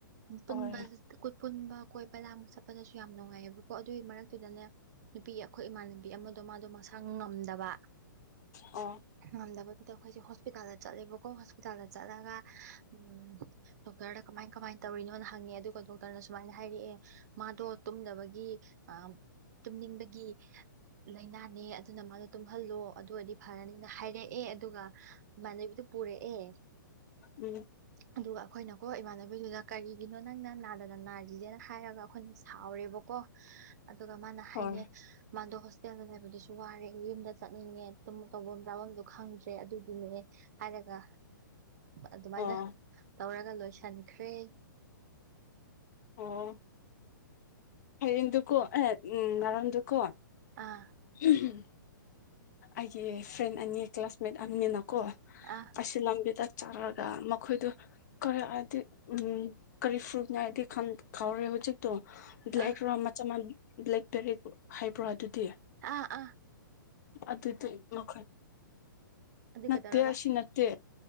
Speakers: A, on the right (about 50°); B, on the left (about 55°).
A: ꯄꯨꯟꯕ
B: ꯍꯣꯏ
A: ꯑꯩꯈꯣꯏ ꯄꯨꯟꯕ ꯀꯣꯏ ꯂꯥꯡ ꯆꯠꯄꯗꯁꯨ ꯌꯥꯝ ꯅꯨꯡꯉꯥꯏꯑꯕꯀꯣ ꯑꯗꯨꯒꯤ ꯃꯔꯛꯇꯨꯗꯅꯦ ꯅꯨꯄꯤ ꯑꯩꯈꯣꯏ ꯏꯃꯥꯟꯅꯕꯤ ꯑꯃꯗꯣ ꯃꯥꯗꯣ ꯃꯁꯥ ꯉ ꯉꯝꯗꯕ
B: ꯑꯣ
A: ꯉꯝꯗꯕꯗꯨꯗ ꯑꯩꯈꯣꯏꯖꯦ ꯍꯣꯁꯄꯤꯇꯥꯜꯗ ꯆꯠꯂꯦꯕꯀꯣ ꯍꯣꯁꯄꯤꯇꯥꯜꯗ ꯆꯠꯂꯒ ꯎꯝ ꯗꯣꯛꯇꯔꯗ ꯀꯃꯥꯏ ꯀꯃꯥꯏꯟ ꯇꯧꯔꯤꯅꯣꯅ ꯍꯪꯉꯦ ꯑꯗꯨꯒ ꯗꯣꯛꯇꯔꯅ ꯁꯃꯥꯏꯅ ꯍꯥꯏꯔꯛꯑꯦ ꯃꯥꯗꯣ ꯇꯨꯝꯗꯕꯒꯤ ꯑꯥ ꯇꯨꯝꯅꯤꯡꯕꯒꯤ ꯂꯥꯏꯅꯅꯦ ꯑꯗꯨꯅ ꯃꯥꯗꯣ ꯇꯨꯝꯍꯜꯂꯣ ꯑꯗꯨ ꯑꯣꯏꯗꯤ ꯐꯔꯅꯤꯅ ꯍꯥꯏꯔꯛꯑꯦ ꯑꯗꯨꯒ ꯏꯃꯥꯟꯅꯕꯤꯗꯨ ꯄꯨꯔꯛꯑꯦ
B: ꯎꯝ
A: ꯑꯗꯨꯒ ꯑꯈꯣꯏꯅꯀꯣ ꯏꯃꯥꯟꯅꯕꯤꯗꯨꯗ ꯀꯔꯤꯒꯤꯅꯣ ꯅꯪꯅ ꯅꯥꯗꯅ ꯅꯥꯔꯤꯖꯦꯅ ꯍꯥꯏꯔꯒ ꯑꯈꯣꯏꯅ ꯁꯥꯎꯔꯦꯕꯀꯣ ꯑꯗꯨꯒ ꯃꯥꯅ ꯍꯥꯏꯅꯦ
B: ꯍꯣꯏ
A: ꯃꯥꯗꯣ ꯍꯣꯁꯇꯦꯜꯗ ꯂꯩꯕꯗꯣꯁꯨ ꯋꯥꯔꯦ ꯌꯨꯝꯗ ꯆꯠꯅꯤꯡꯉꯦ ꯇꯨꯝ ꯇꯧꯕꯝ ꯆꯥꯕꯝꯁꯨ ꯈꯪꯗ꯭ꯔꯦ ꯑꯗꯨꯒꯤꯅꯦ ꯍꯥꯏꯔꯒ ꯑꯗꯨꯃꯥꯏꯅ
B: ꯑꯣ
A: ꯇꯧꯔꯒ ꯂꯣꯏꯁꯟꯈ꯭ꯔꯦ
B: ꯑꯣ ꯍꯌꯦꯡꯗꯨꯀꯣ ꯑꯦ ꯎꯝ ꯉꯔꯥꯡꯗꯨꯀꯣ
A: ꯑꯥ
B: ꯎꯍꯝ ꯑꯩꯒꯤ ꯐ꯭ꯔꯦꯟ ꯑꯅꯤ ꯀ꯭ꯂꯥꯁꯃꯦꯠ ꯑꯅꯤ ꯅ ꯀꯣ
A: ꯑꯥ
B: ꯑꯁꯤ ꯂꯝꯕꯤꯗ ꯆꯥꯔꯒ ꯃꯈꯣꯏꯗꯨ ꯀꯔ ꯗꯤ ꯀꯔꯤ ꯐ꯭ꯔꯨꯅꯦ ꯍꯥꯏꯗꯤ ꯈꯟ ꯀꯥꯎꯔꯦ ꯍꯧꯖꯤꯛꯇꯣ ꯕ꯭ꯂꯦꯛ
A: ꯑꯥ
B: ꯔꯣ ꯃꯆꯥ ꯕ꯭ꯂꯦꯛ ꯕꯦꯔꯤꯕꯨ ꯍꯥꯏꯕ꯭ꯔꯣ ꯑꯗꯨꯗꯤ
A: ꯑꯥ ꯑꯥ
B: ꯑꯗꯨꯗꯨꯏ ꯃꯈꯟ
A: ꯑꯗꯨ
B: ꯅꯠꯇꯦ
A: ꯀꯩꯗꯧꯔꯕ
B: ꯑꯁꯤ ꯅꯠꯇꯦ